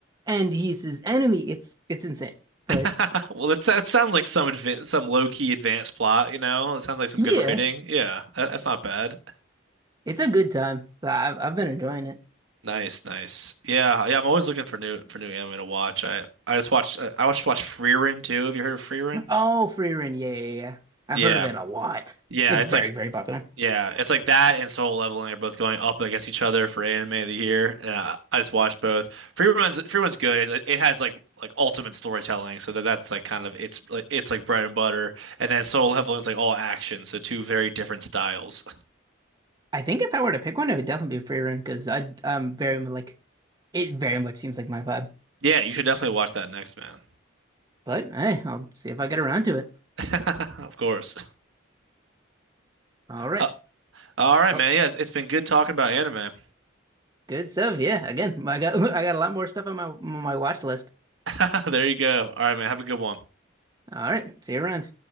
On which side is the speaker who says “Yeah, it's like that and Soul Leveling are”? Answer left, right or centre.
Right